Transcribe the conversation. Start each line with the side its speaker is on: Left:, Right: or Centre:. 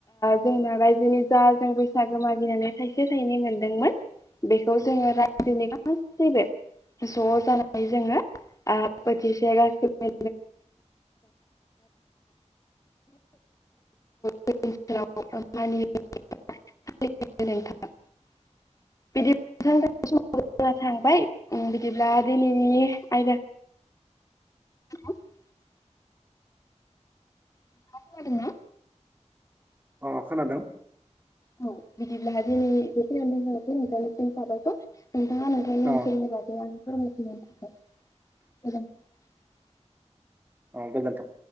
Left: जोंना रायजोनि जा जों बैसागु मागिनानै थाइसे थाइनै मोनदोंमोन बेखौ जोंङो रायजोनि गासैबो ज' जानानै जोंङो बोथिसे गासैबो <unintelligible> <unintelligible> <unintelligible> <unintelligible> नोंथांआ खोनादोंना
Right: अ खोनादों
Left: औ बिदिब्ला दिनै बे खिनियावनो दोनथनिसै नोंथांनिसिम साबायखर नोंथाङा नोंथांनि
Right: अ
Left: ओनसोलनि बागै आं <unintelligible>
Right: औ गोजोनथों